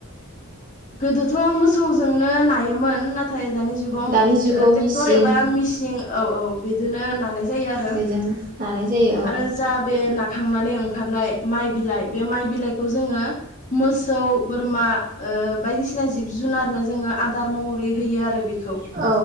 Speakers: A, on the left (about 35°); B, on the right (about 40°).
A: गोदोथ' मोसौजोंनो नायोमोन न नाथाय दानि जुगाव
B: दानि जुगाव
A: ट्रेक्टर
B: मिसिं
A: एबा मिेसिन औ औ बिदिनो नानाय जायो आरो।
B: बेजों लानाय जायो औ
A: आरो जा बे खांनानै ओंखारनाय माइ बिलाइ बे माइ बिलाइखौ जोङो मोसौ बोरमा बायदिसिना जिब जुनारनो जोङो आदार महरै होयो आरो बे खौ
B: औ